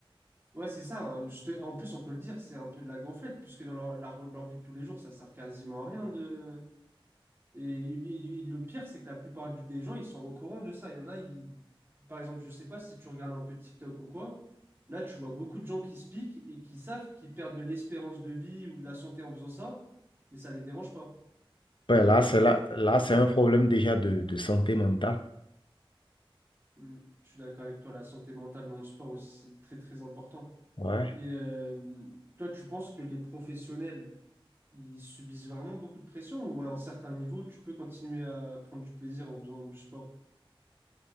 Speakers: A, on the right; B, on the left.
A: Ouais, c'est ça. hein, je te- En plus, on peut le dire, c'est un peu de la gonflette puisque dans leur, la- leur vie de tous les jours, ça sert quasiment à rien de Et, et- et le pire, c'est que la plupart du- des gens, ils sont au courant de ça. Il y en a, ils... par exemple, je sais pas si tu regardes un peu TikTok ou quoi, là, tu vois beaucoup de gens qui se piquent et qui savent qu'ils perdent de l'espérance de vie ou de la santé en faisant ça, mais ça les dérange pas.
B: Ben là, c'est là, là, c'est un problème déjà de, de santé mentale.
A: Hmm, Je suis d'accord avec toi, la santé mentale dans le sport aussi, c'est très très important.
B: Ouais,
A: Et euh, toi, tu penses que les professionnels, ils subissent vraiment beaucoup de pression ou à un certain niveau, tu peux continuer à prendre du plaisir en faisant du sport?